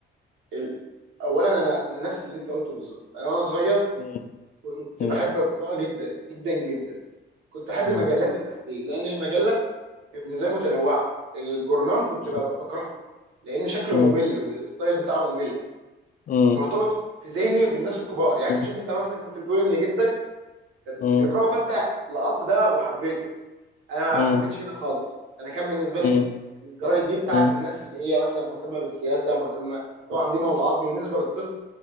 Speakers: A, on the right; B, on the left.
A: ال... اولا انا انا نفس اللي انت قلته بالظبط انا وانا صغير
B: مم.
A: كنت
B: مم.
A: بحب القراءة جدا جدا جدا كنت احب
B: مم.
A: المجلات بالتحديد لان المجلة بالنسبه لي متنوعه الجورنان كنت
B: مم.
A: ب- بكرهه لان شكله
B: مم.
A: ممل والستايل بتاعه ممل
B: مم.
A: ومرتبط في ذهني بالناس الكبار يعني
B: مم.
A: انت شوف انت مثلا كنت بتقول ان جدك
B: مم.
A: بيكرهه فانت لقطت ده وحبيته انا ما
B: مم.
A: حبيتش كده خالص انا كان بالنسبه
B: مم.
A: لي الجرايد دي بتاعت
B: مم.
A: الناس اللي هي مثلا مهتمه بالسياسه مهتمه طبعا دي موضوعات بالنسبه للطفل